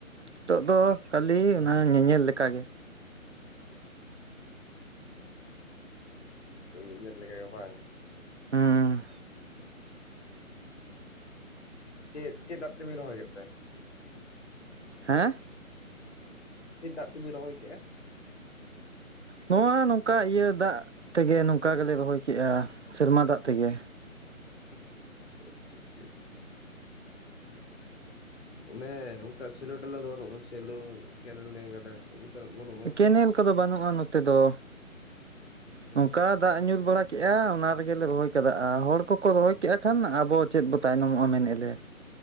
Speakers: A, on the right; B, on the left.
A: ᱱᱤᱛᱚᱜ ᱫᱚ ᱠᱷᱟᱹᱞᱤ
B: ᱟᱪᱪᱷᱟ᱾
A: ᱚᱱᱟ ᱧᱮᱧᱮᱞ ᱞᱮᱠᱟᱜᱮ
B: ᱛᱚ ᱤᱧᱟᱹᱜ ᱧᱮᱞ ᱞᱮᱠᱟ ᱜᱮ ᱵᱟᱝ?
A: ᱦᱩᱸ᱾
B: ᱪᱮᱫ ᱪᱮᱫ ᱫᱟᱜ ᱛᱮᱵᱤᱱ ᱨᱚᱦᱚᱭ ᱠᱮᱫ ᱛᱮ?
A: ᱦᱮᱸ?
B: ᱪᱮᱫ ᱫᱟᱜ ᱛᱮᱵᱤᱱ ᱨᱚᱦᱚᱭ ᱠᱮ-ᱟ?
A: ᱱᱚᱣᱟ ᱱᱚᱝᱠᱟ ᱤᱭᱟᱹ ᱫᱟᱜ ᱛᱮᱜᱮ ᱱᱚᱝᱠᱟ ᱜᱮᱞᱤᱧ ᱨᱚᱦᱚᱭ ᱠᱮᱜᱼᱟ, ᱥᱮᱨᱢᱟ ᱫᱟᱜ ᱛᱮᱜᱮ᱾
B: ᱩᱸ ᱪᱷᱟ ᱪᱷᱟ ᱪᱷᱟ᱾ ᱚᱱᱮ ᱢᱟᱱᱮ ᱚᱝᱠᱟ ᱥᱮᱞᱳ ᱴᱟᱞᱚ ᱫᱚ ᱵᱟᱹᱱᱩᱜᱼᱟ ᱥᱮᱞᱳ ᱠᱮᱱᱮᱞ ᱱᱟᱹᱭ ᱜᱟᱰᱟ᱾ ᱚᱱᱠᱟᱱᱟᱜ ᱵᱟᱹᱱᱩᱜ᱾
A: ᱠᱮᱱᱮᱞ ᱠᱚᱫᱚ ᱵᱟᱹᱱᱩᱜᱼᱟ ᱱᱚᱛᱮ ᱫᱚ
B: ᱟᱪᱪᱷᱟ
A: ᱱᱚᱝᱠᱟ ᱫᱟᱜ ᱧᱩ ᱵᱟᱲᱟ ᱠᱮᱜᱼᱟ ᱚᱱᱟ ᱨᱮᱜᱮᱞᱮ ᱨᱚᱦᱚᱭ ᱠᱟᱫᱟ ᱦᱚᱲ ᱠᱚᱠᱚ ᱨᱚᱦᱚᱭ ᱠᱮᱫᱟᱼᱟ ᱠᱷᱟᱱ ᱟᱵᱚ ᱪᱮᱫ ᱵᱚ ᱛᱟᱭᱱᱚᱢᱚᱜᱼᱟ ᱢᱮᱱᱮᱫ ᱞᱮ᱾